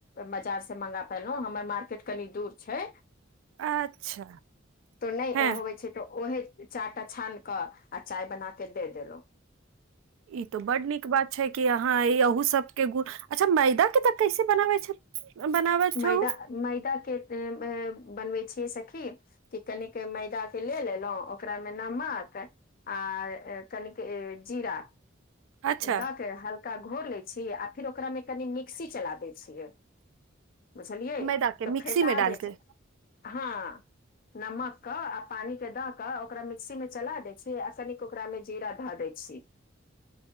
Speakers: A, on the left; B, on the right.
A: बाजार से मंगा पेलौ हमर मार्केट कनि दूर छै
B: अच्छा
A: नै
B: हैं
A: होबे छै तऽ ओहे चाह टा छान कऽ आ चाय बना के दे देलौ
B: ई तो बड नीक बात छै कि अहाँ अहू सबके गुड़ अच्छा मैदा के तऽ कैसे बनाबै छै बनाबै
A: मैदा
B: छहु
A: मैदा के बनबै छियै सखी कि कनिक मैदा के ले लेलौ ओकरा मे नमक आ कनिक जीरा
B: अच्छा
A: द के हल्का घोर लै छी आ फिर ओकरामे कनि मिक्सी चला दै छियै बुझलियै
B: मैदा के
A: तऽ
B: मिक्सी
A: फेटा
B: मे डाल
A: जाय
B: के
A: छै हँ नमक के आ पानी के द के ओकरा मिक्सी में चला दै छी आ कनिक ओकरा में जीरा धऽ देै छी
B: <inaudible>